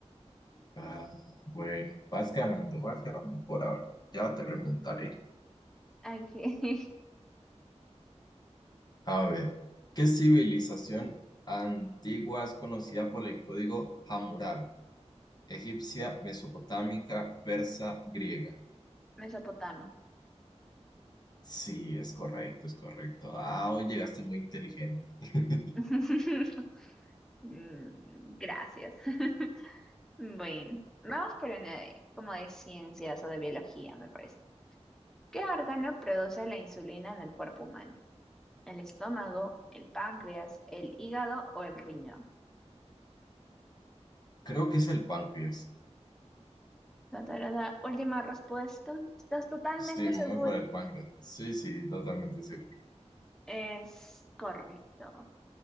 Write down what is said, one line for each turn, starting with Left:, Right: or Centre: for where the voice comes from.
Left: Ah, bueno, vas ganando, vas ganando por ahora. Ya te remontaré.
Centre: Aquí,
Left: A ver, ¿qué civilización antigua es conocida por el código Hammurabi? Egipcia, mesopotámica, persa, griega.
Centre: <laughs> Mesopotamia.
Left: Sí, es correcto, es correcto. Ah, hoy llegaste muy inteligente. <laughs>
Centre: <laughs> Mm, Gracias. <laughs> Bueno, vamos por una de- como de ciencias o de biología, me parece. ¿Qué órgano produce la insulina en el cuerpo humano? ¿El estómago, el páncreas, el hígado o el riñón?
Left: Creo que es el páncreas.
Centre: Ta, ta, ra, ra. Última respuesta. ¿Estás totalmente
Left: Sí, me
Centre: seguro?
Left: voy por el páncreas. Sí, sí, totalmente seguro.
Centre: Es correcto.